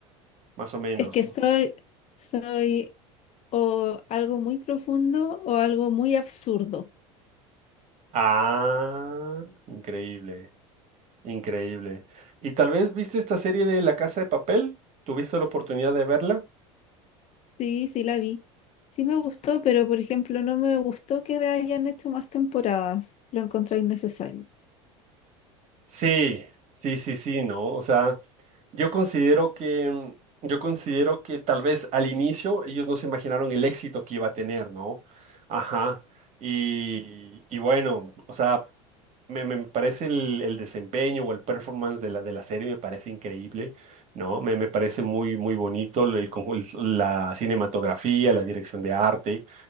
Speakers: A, on the right; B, on the left.
A: Más o menos.
B: Es que soy, soy o algo muy profundo o algo muy absurdo.
A: Ah, increíble, increíble. ¿Y tal vez viste esta serie de La Casa de Papel? ¿Tuviste la oportunidad de verla?
B: Sí, sí la vi. Sí me gustó, pero por ejemplo no me gustó que hayan hecho más temporadas. Lo encontré innecesario.
A: Sí, sí, sí, sí, ¿no? O sea, yo considero que, mm, yo considero que tal vez al inicio ellos no se imaginaron el éxito que iba a tener, ¿no? Ajá. Y, y bueno, o sea, me, me parece el, el desempeño o el performance de la, de la serie me parece increíble, ¿no? Me, me parece muy, muy bonito el, conjun- la cinematografía, la dirección de arte.